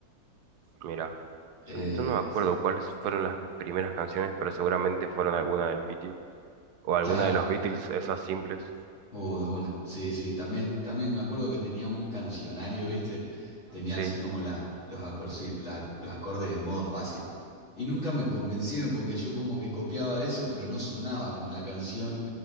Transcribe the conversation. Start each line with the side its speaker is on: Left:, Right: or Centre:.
Right: Mira,
Left: Eh,
Right: yo, yo no me acuerdo cuáles fueron las primeras canciones, pero seguramente fueron alguna del Pity o alguna
Left: claro,
Right: de los Beatles, esas simples.
Left: Uh, de una. Sí, sí, también, también me acuerdo que tenía un cancionario, ¿viste? Tenía
Right: Sí,
Left: así como las, los acorci- la- los acordes en modo fácil. Y nunca me convencieron porque yo como que copiaba eso, pero no sonaba como la canción